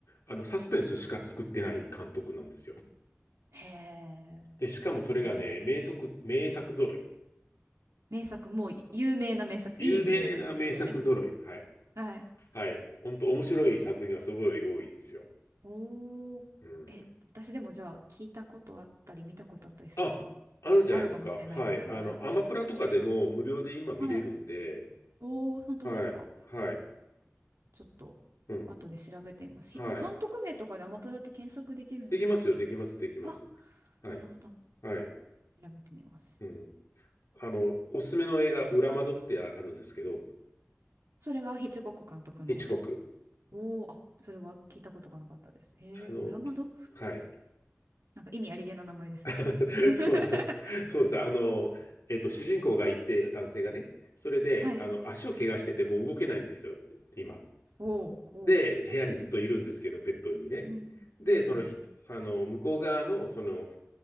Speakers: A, on the left; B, on the right.
A: あの、サスペンスしか作ってない監督なんですよ。
B: へえ、
A: で、しかもそれがね、
B: すごい。
A: 名作、名作揃い。
B: 名作、もう有名な名作、
A: 有名な名作揃い。
B: いい名作ってことですよね。
A: はい。
B: はい
A: はい。本当面白い作品がすごい多いですよ。
B: おーえ、
A: うん。
B: 私でもじゃあ聞いたことあったり見たことあったりするのが
A: あ、あるんじゃないですか。
B: あるかもしれないですね。
A: はい。あの、アマプラとかでも無料で今見れるんで、
B: はい。おー、本当ですか。
A: はい。はい。
B: ちょっと後で調べてみます。
A: うん。はい。
B: ひ監督名とかでアマプラって検索できるんでしたっけ
A: できますよ。できます。できます。
B: あ、
A: はい。
B: なるほど。
A: はい。
B: 調べてみます。
A: うん。あの、おすすめの映画、裏窓ってああるんですけど、
B: それがヒッチコック監督の。
A: ヒッチコック。
B: おー、あ、それは聞いたことがなかったです。へえ、
A: あの、
B: 裏窓
A: はい。
B: なんか意味ありげな名前ですね。
A: <laughs>
B: <laughs>
A: そうそう、そうです。あの、えっと、主人公がいて、男性がね、それで、
B: はい。
A: あの、足を怪我してて、もう動けないんですよ、今。
B: おー、こ
A: で、部屋にずっといるんですけど、ベッドにね。
B: う。うん、
A: で、
B: うん、うん。
A: その、ひあの、向こう側の、その、